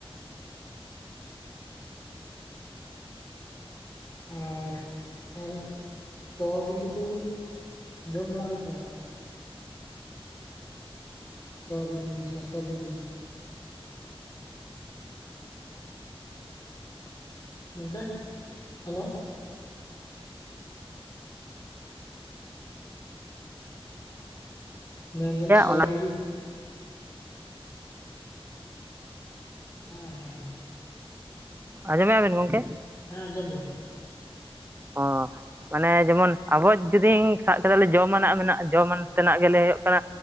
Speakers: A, on the left (about 35°); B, on the right (about 20°).
A: ᱟᱨ ᱟᱨ ᱛᱚᱣᱟ ᱵᱤᱞᱤ ᱠᱚ ᱡᱚᱢ ᱵᱟᱲᱟ ᱦᱩᱭ ᱠᱟᱱ ᱥᱚ ᱵᱤᱞᱤ ᱥᱚᱥᱚ ᱵᱤᱞᱤ ᱜᱚᱢᱠᱮ ᱦᱮᱞᱳ᱾ ᱢᱮᱱᱫᱟᱞᱤᱧ ᱥᱚᱵᱤᱞᱤ᱾
B: ᱚᱱᱟ
A: ᱦᱟ ᱦᱮᱸ ᱦᱮᱸ᱾
B: ᱟᱡᱚᱢᱮᱜᱼᱟ ᱵᱤᱱ ᱜᱚᱢᱠᱮ
A: ᱦᱮᱸ ᱟᱸᱡᱚᱢ ᱫᱟᱹᱞᱤᱧ
B: ᱚ ᱢᱟᱱᱮ ᱡᱮᱢᱚᱱ ᱟᱵᱚ ᱡᱩᱫᱤ ᱥᱟᱵ ᱠᱮᱫᱟ ᱞᱮᱧ ᱡᱚᱢᱱᱟᱜ ᱢᱮᱱᱟᱜᱼᱟ ᱡᱚᱢ ᱛᱮᱱᱟᱜ ᱜᱮ ᱞᱟᱭ ᱦᱩᱭᱩᱜ ᱠᱟᱱᱟ